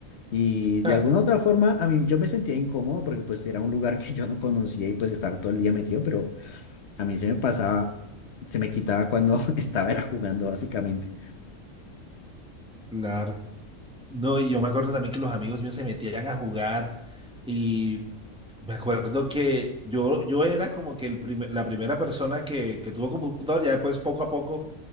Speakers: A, on the left; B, in the centre.
A: Y de
B: <laughs>
A: alguna otra forma a mí yo me sentía incómodo porque pues era un lugar que yo no conocía y pues estar todo el día metido, pero a mí se me pasaba, se me quitaba cuando <laughs> estaba era jugando básicamente.
B: claro. No, y yo me acuerdo también que los amigos míos se metían a jugar y me acuerdo que yo, yo era como que el primer- la primera persona que, que tuvo computador, ya después poco a poco